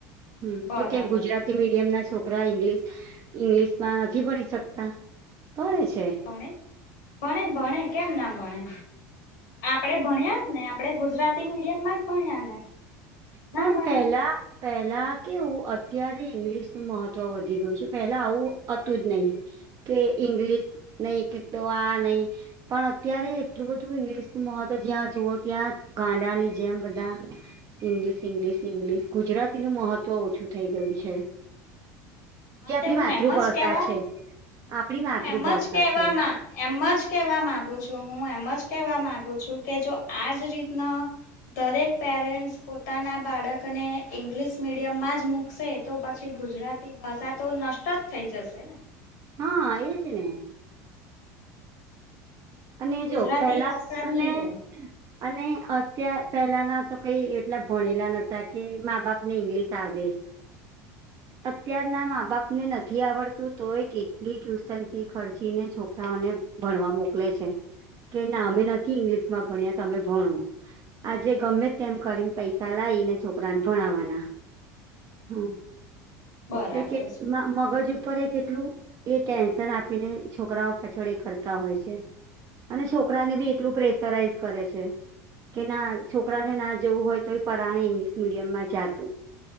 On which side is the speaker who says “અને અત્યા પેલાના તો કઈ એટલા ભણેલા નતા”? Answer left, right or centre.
Right